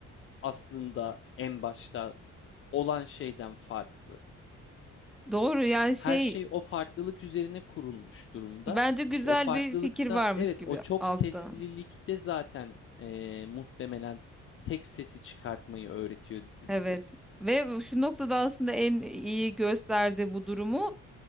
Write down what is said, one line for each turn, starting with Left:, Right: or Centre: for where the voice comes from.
Left: aslında en başta olan şeyden farklı.
Centre: Doğru yani şey
Left: Her şey o farklılık üzerine kurulmuş durumda.
Centre: bence güzel
Left: Ve o farklılıkta
Centre: bir fikir varmış
Left: evet
Centre: gibi
Left: o çok
Centre: altta.
Left: seslilikte zaten eee, muhtemelen tek sesi çıkartmayı öğretiyor dizi
Centre: Evet
Left: bize.
Centre: ve bu- şu noktada aslında en iyi gösterdi bu durumu.